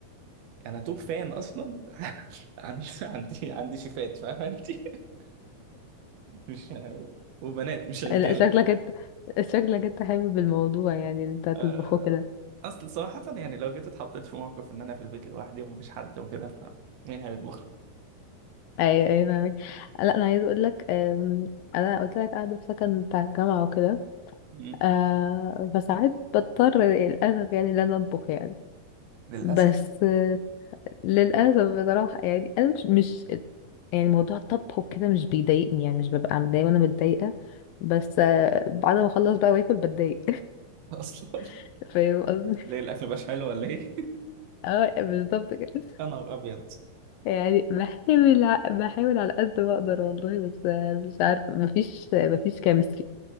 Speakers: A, on the right (about 75°); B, on the left (about 80°).
A: انا توب فان اصلا <laughs> عندي عندي عندي شيفات فاهمه انت <laughs> مش أنا وبنات مش رجاله
B: لا شكلك انت شكلك انت حابب الموضوع يعني اللي انت هتطبخه
A: آه،
B: كده
A: اصل صراحه يعني لو جيت اتحطيت في موقف ان انا في البيت لوحدي ومفيش حد وكده فمين هيطبخ
B: ايوه ايوه فاهمك لا انا عايزه اقول لك أم، انا قلت لك قاعده في سكن بتاع الجامعه وكده
A: مم.
B: أه فساعات بضطر للاسف يعني ان انا اطبخ يعني
A: للاسف
B: بس أه، للاسف بصراحه يعني انا مش مش يعني موضوع الطبخ وكده مش بيضايقني يعني مش ببقى متضايقه وانا متضايقه بس أه، بعد ما اخلص بقى واكل بتضايق
A: <laughs> اصلا
B: <laughs> فاهم قصدي
A: ليه الاكل مش حلو ولا ايه
B: اه بالظبط كده
A: <laughs> انا ابيض
B: يعني بحاول ع- بحاول على قد ما اقدر والله بس أه، مش عارفه مفيش مفيش كيمستري